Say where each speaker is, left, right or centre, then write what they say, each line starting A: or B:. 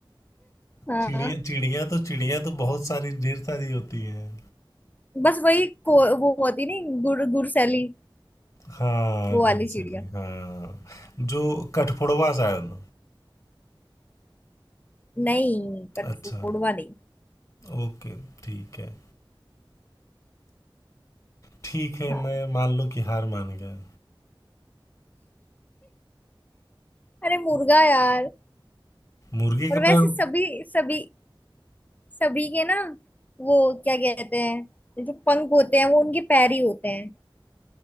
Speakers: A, on the left; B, on the left.
A: हाँ
B: चिड़िया चिड़िया तो चिड़िया तो बहुत सारी ढेर सारी होती हैं
A: बस वही को, वो होती नहीं गुड़ गुड़सैली
B: हाँ
A: वो
B: गुरसैली
A: वाली चिड़िया
B: हाँ जो कठफोड़वा शायद
A: नहीं कठफोड़वा
B: अच्छा
A: नहीं
B: ओके ठीक है ठीक है
A: हाँ
B: मैं मान लो कि हार मान गया
A: अरे मुर्गा यार
B: मुर्गी
A: और
B: के
A: वैसे
B: पैर
A: सभी सभी सभी के ना वो क्या कहते हैं जो पंख होते हैं वो उनके पैर ही होते हैं